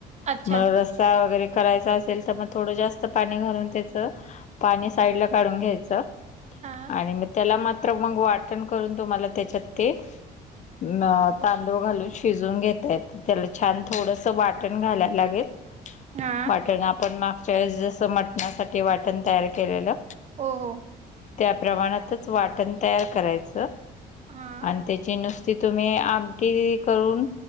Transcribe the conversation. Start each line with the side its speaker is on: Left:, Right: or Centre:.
Right: अच्छा
Left: तुम्हाला रस् सा वगैरे करायचा असेल तर मग थोडं जास्त पाणी घालून त्याचा पाणी साइडला काढून घ्यायच आणि
Right: हा
Left: म त्याला मा त्र मग वाटण करून तुम्हाला त्याच्यात ते म तांदूळ घालून शिजवून घेत आहेत. त्याला छान थोडंसं वाटण घालायला लागेल
Right: हा
Left: वाटण आपण मागच्या वेळेस जसं मटणासाठी वाटण तयार केलेलं
Right: हो हो.
Left: त्या प्रमाणातच वाटण तयार करायचं
Right: हा
Left: आणि त्याची नुस ती तुम्ही आमटी करून